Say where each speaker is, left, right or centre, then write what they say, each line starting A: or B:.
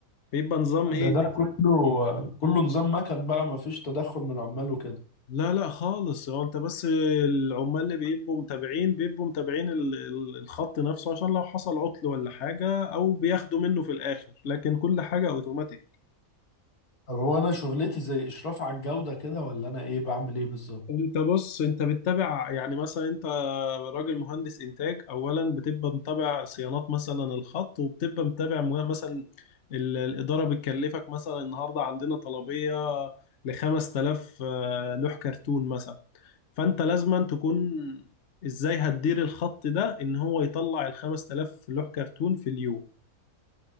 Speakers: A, on the left; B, on the left.
A: بيبقى نظام ايه
B: ده ده كله كله نظام مكن بقى ما فيش تدخل من العمال وكده
A: لا لا خالص هو انت بس العمال اللي بيبقوا متابعين بيبقوا متابعين ال- ال- الخط نفسه عشان لو حصل عطل ولا حاجة او بياخدوا منه في الاخر لكن كل حاجة اوتوماتيك
B: طب هو انا شغلتي زي اشراف على الجودة كده ولا انا ايه بعمل ايه بالظبط
A: انت بص انت بتتابع يعني مثلا انت راجل مهندس انتاج اولا بتبقى متابع صيانات مثلا الخط وبتبقى متابع مه- مثلا ال- الاداره بتكلفك مثلا النهارده عندنا طلبيه ل 5000 آه، لوح كرتون مثلا فانت لازما تكون ازاي هتدير الخط ده ان هو يطلع ال 5000 لوح كرتون في اليوم